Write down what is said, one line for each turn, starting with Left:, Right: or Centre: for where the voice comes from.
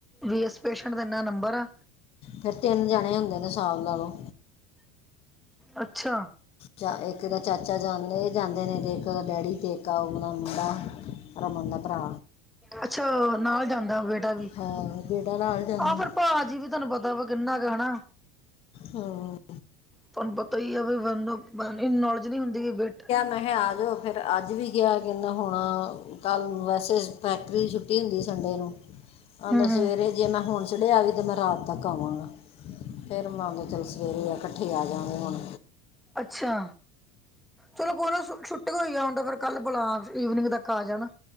Centre: ਵੀ, ਪੇਸ਼ੈਂਟ ਦਾ ਇੰਨਾ ਨੰਬਰ ਆ।
Left: ਫੇਰ ਤਿੰਨ ਜਣੇ ਹੁੰਦੇ ਨੇ ਸਾਬ ਲਾ ਲੋ
Centre: ਅੱਛਾ,
Left: ਚਾ ਇੱਕ ਦਾ ਚਾਚਾ ਜਾਂਦੇ ਜਾਂਦੇ ਨੇ ਜੇ ਇੱਕ ਉਹਦਾ ਡੈਡੀ ਤੇ ਕਾ ਉਹਦਾ ਮੁੰਡਾ ਰਮਨ ਦਾ ਭਰਾ
Centre: ਅੱਛਾ! ਨਾਲ ਜਾਂਦਾ ਬੇਟਾ ਵੀ,
Left: ਹਾਂ ਬੇਟਾ ਨਾਲ ਜਾਂਦਾ
Centre: ਆਹ ਫਿਰ ਭਾਜੀ ਵੀ ਤੁਹਾਨੂੰ ਪਤਾ ਵਾ ਕਿੰਨਾ ਕੁ ਹਣਾ।
Left: ਹਾਂ,,
Centre: ਤੁਹਾਨੂੰ ਪਤਾ ਹੀ ਆ ਵੀ, <unintelligible> ਮੈਨੂੰ ਨੌਲੇਜ ਨੀ ਹੁੰਦੀ ਬੇਟ
Left: ਮੈਹਾ ਆਜੋ ਫੇਰ ਅੱਜ ਵੀ ਗਿਆ ਕਹਿੰਦਾ ਹੋਣਾ ਕੱਲ ਵੈਸੇ ਫੈਕਟਰੀ ਦੀ ਛੁੱਟੀ ਹੁੰਦੀ ਸੰਡੇ ਨੂੰ, ਆਂਦਾ
Centre: ਹੂੰ ਹੂੰ
Left: ਸਵੇਰੇ ਜੇ ਮੈਂ ਹੁਣ ਚੜਿਆ ਵੀ ਤਾਂ ਮੈਂ ਰਾਤ ਤੱਕ ਆਵਾਂਗਾ। ਫਿਰ ਮੰਨ ਚ ਚਲ ਸਵੇਰੇ ਆ ਇਕੱਠੇ ਆਜਾਗੇ ਹੁਣ
Centre: ਅੱਛਾ, ਚਲੋ ਕੋ ਨਾ ਸ ਛੁੱਟੀ ਹੋਈ ਆ ਹੁਣ ਤਾਂ ਫਿਰ ਕੱਲ ਬੁਲਾਵ ਇਵਨਿੰਗ ਦਾ ਆ ਜਾਣਾ,